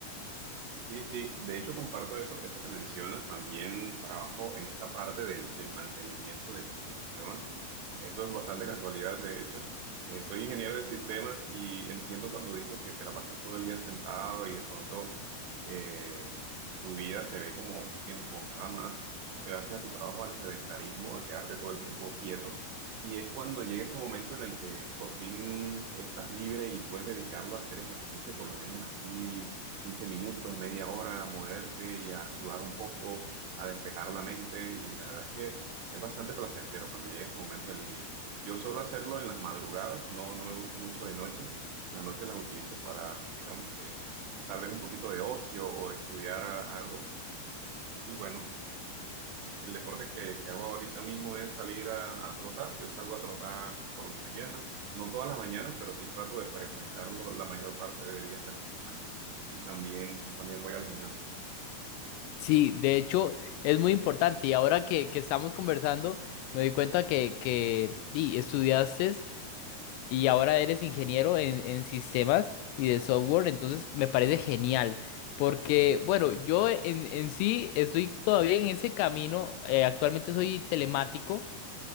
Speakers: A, on the right (about 85°); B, on the left (about 85°).
A: Sí, sí, de hecho comparto eso, eso que mencionas, también trabajo en esta parte del, del mantenimiento de computación, Eh, eso es bastante casualidad, de hecho. Eh, soy ingeniero de sistemas y entiendo cuando dices que te la pasas todo el día sentado y de pronto eh, tu vida se ve como enfocada más gracias a tu trabajo al sedentarismo, a quedarte todo el tiempo quieto. Y es cuando llega ese momento en el que por fin estás libre y puedes dedicarlo a hacer ejercicio, por lo menos así 15 minutos, media hora, a moverte y a sudar un poco, a despejar la mente. Y la verdad es que es bastante placentero cuando llega ese momento del día. Eh, Yo suelo hacerlo en las madrugadas, no, no me gusta mucho de noche. Las noches las utilizo para, digamos que, tal vez un poquito de ocio o estudiar a- algo. Eh, y bueno, eh, el deporte que, que hago ahorita mismo es salir a, a trotar. Yo salgo a trotar por las mañanas, no todas las mañanas, pero sí trato de frecuentarlo la mayor parte de días de la semana y también, también voy al gimnasio.
B: Sí, de hecho es muy importante y ahora que, que estamos conversando me doy cuenta que, que di, estudiaste y ahora eres ingeniero en, en sistemas y de software, entonces me parece genial. Porque, bueno, yo en, en sí estoy todavía en ese camino, eh, actualmente soy telemático